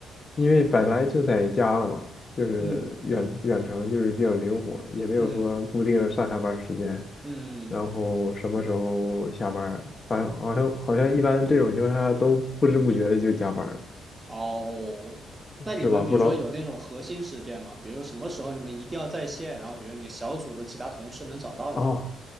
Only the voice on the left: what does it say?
因为本来就在家了嘛，就是远远程就是比较灵活，
也没有说固定的上下班时间，
然后什么时候下班儿，反正好像好像一般这种情况下都不知不觉的就加班儿，
是吧？不知道
啊。哦